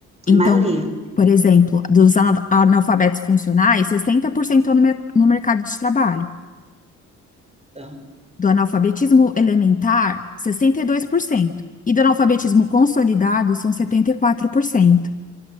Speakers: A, on the left; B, on the right.
A: Então,
B: a maioria.
A: por exemplo, dos ana- analfabetos funcionais, 60% estão no, mer- no mercado de trabalho.
B: Tá.
A: do analfabetismo elementar, sessenta E dois por cento e do analfabetismo consolidado, são setenta e quatro por cento